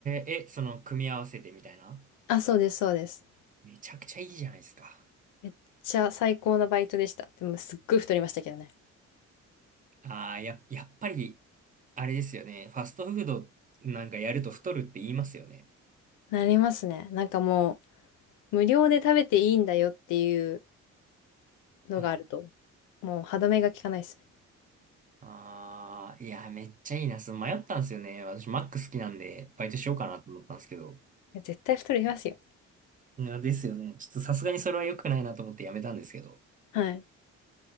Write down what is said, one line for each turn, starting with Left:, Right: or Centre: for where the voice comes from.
Right: え、え、その、組み合わせてみたいな
Left: あ、そうです、そうです。
Right: めちゃくちゃいいじゃないですか。
Left: めっちゃ最高なバイトでした。でも、すっごい太りましたけどね。
Right: ああ、や、やっぱり、あれですよね。ファストフードなんかやると太るって言いますよね。
Left: なりますね。なんかもう、無料で食べていいんだよっていう、のがあると、
Right: はい。
Left: もう歯止めが効かないですね。
Right: ああ、いや、めっちゃいいな。その迷ったんですよね。私、マック好きなんで、バイトしようかなと思ったんですけど。
Left: いや絶対太りますよ。
Right: いや、ですよね。ちょっとさすがにそれは良くないなと思ってやめたんですけど。
Left: はい。